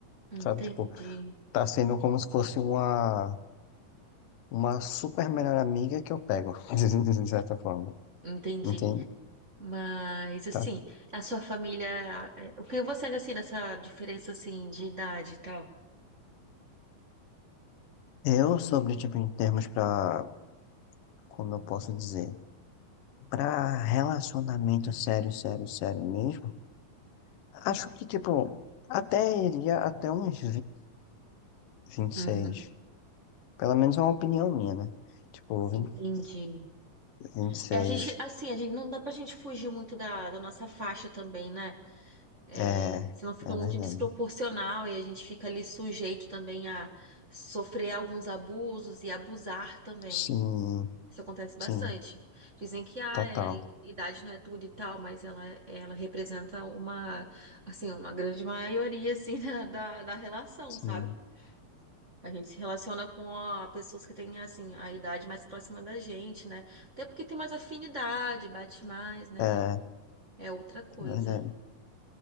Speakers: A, on the right; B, on the left.
A: Entendi,
B: sabe? Tipo, tá sendo como se fosse uma, uma super melhor amiga que eu pego, <laughs> de certa forma.
A: entendi.
B: Entende?
A: Mas assim,
B: Tá.
A: a sua família, é, o que você acha assim dessa diferença assim de idade e tal?
B: Eu sobre, tipo, em termos pra, como eu posso dizer, pra relacionamento sério, sério, sério mesmo, acho que, tipo, até iria até uns 25,
A: Uhum,
B: seis Pelo menos é uma opinião minha, né? Tipo,
A: entendi.
B: 25, seis
A: É, a gente, assim, a gente, não dá pra gente fugir muito da, da nossa faixa também, né? É,
B: É,
A: senão fica
B: é
A: muito
B: verdade.
A: desproporcional e a gente fica ali sujeito também a sofrer alguns abusos e abusar também.
B: Sim,
A: Isso acontece bastante.
B: sim,
A: Dizem que ah,
B: total.
A: é, idade não é tudo e tal, mas ela, ela representa uma, assim, uma grande maioria, assim, <laughs> da, da da relação,
B: Sim,
A: sabe? A gente se relaciona com a, pessoas que têm, assim, a idade mais próxima da gente, né? Até porque tem mais afinidade, bate mais, né?
B: é, é
A: É outra coisa.
B: verdade.